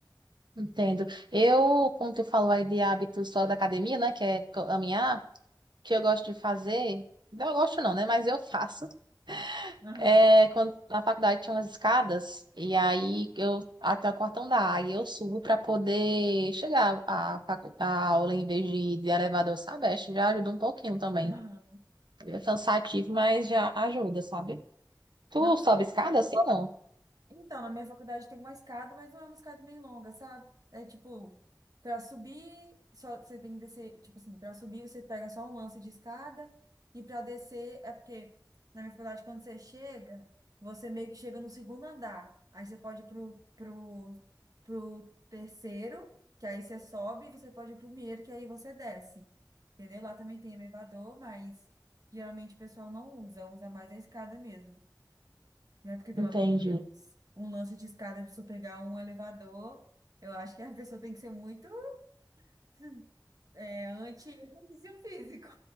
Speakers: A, on the right; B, on the right.
A: Entendo. Eu, como tu falou aí de hábitos fora da academia, né, que é caminhar, o que eu gosto de fazer, não eu gosto não, né, mas eu faço.
B: Aham,
A: É, quando na faculdade tinha umas escadas, e aí eu, até o quartão da A, e eu subo para poder chegar à, facu- à aula em vez de ir de elevador, sabe? Acho que já ajuda um pouquinho também.
B: aham.
A: É cansativo, mas já ajuda, sabe? Tu
B: Nossa,
A: sobe escada assim, não?
B: Então, na minha faculdade tem uma escada, mas não é uma escada bem longa, sabe? É tipo, para subir, só você tem que descer, tipo assim, para subir você pega só um lance de escada e para descer é porque na minha faculdade quando você chega, você meio que chega no segundo andar. Aí você pode ir pro pro pro terceiro, que aí você sobe, e você pode ir pro primeiro, que aí você desce. Entendeu? Lá também tem elevador, mas geralmente o pessoal não usa, usa mais a escada mesmo né? Porque, pelo
A: Entendi.
B: amor de Deus, um lance de escada, se eu pegar um elevador, eu acho que a pessoa tem que ser muito <laughs> é, anti-exercício físico.